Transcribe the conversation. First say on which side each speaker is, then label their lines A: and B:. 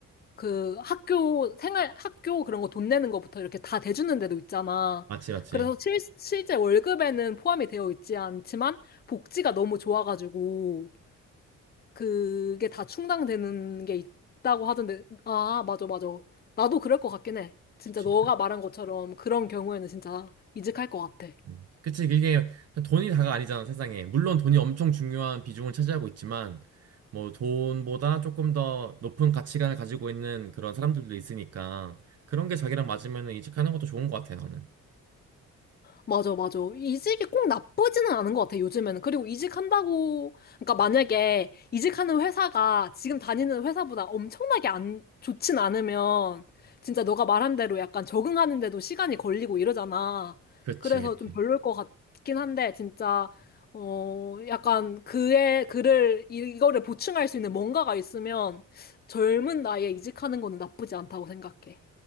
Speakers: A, on the left (about 30°); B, on the right (about 55°).
A: 그 학교 생활 학교 그런 거 돈 내는 거부터 이렇게 다 대주는 데도 있잖아.
B: 맞지 맞지.
A: 그래서 실, 실제 월급에는 포함이 되어 있지 않지만 복지가 너무 좋아가지고 그게 다 충당되는 게 있다고 하던데, 아, 맞아, 맞아. 나도 그럴 것 같긴 해. 진짜
B: 그치.
A: 너가 말한 것처럼 그런 경우에는 진짜 이직할 것 같아.
B: 음. 그치, 그게 돈이 다가 아니잖아, 세상에. 물론 돈이 엄청 중요한 비중을 차지하고 있지만, 뭐 돈보다 조금 더 높은 가치관을 가지고 있는 그런 사람들도 있으니까, 그런 게 자기랑 맞으면 이직하는 것도 좋은 것 같아, 나는.
A: 맞아, 맞아. 이직이 꼭 나쁘지는 않은 것 같아, 요즘에는. 그리고 이직한다고, 그러니까 만약에 이직하는 회사가 지금 다니는 회사보다 엄청나게 안, 좋진 않으면, 진짜 너가 말한 대로 약간 적응하는데도 시간이 걸리고 이러잖아.
B: 그치,
A: 그래서
B: 그치.
A: 좀 별로일 것 같긴 한데, 진짜, 어, 약간 그의, 그를, 이- 이거를 보충할 수 있는 뭔가가 있으면, 젊은 나이에 이직하는 거는 나쁘지 않다고 생각해.